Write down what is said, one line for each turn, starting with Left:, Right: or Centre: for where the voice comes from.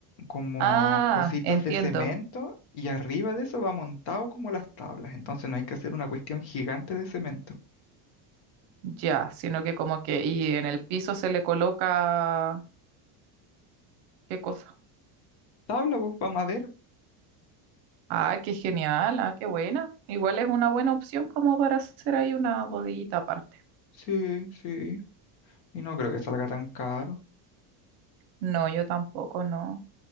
Left: como
Right: Ah,
Left: cositos
Right: entiendo.
Left: de cemento y arriba de eso va montado como las tablas. Entonces no hay que hacer una cuestión gigante de cemento.
Right: Ya, sino que como que, y en el piso se le coloca, ¿qué cosa?
Left: Tabla, pues, va madera.
Right: Ah, qué genial, ah, qué buena. Igual es una buena opción como para hacer ahí una bodeguita aparte.
Left: Sí, sí. Y no creo que salga tan caro.
Right: No, yo tampoco, no.